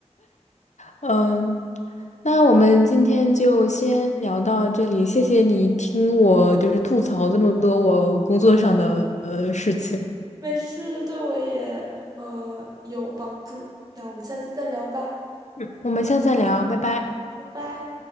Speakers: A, on the left (about 80°); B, on the right (about 30°).
A: 嗯，那我们今天就先聊到这里，谢谢你听我就是吐槽这么多我工作上的呃事情，
B: 没事，对我也呃有帮助。那我们下次再聊吧，
A: 嗯，我们下次再聊，拜拜。
B: 拜拜。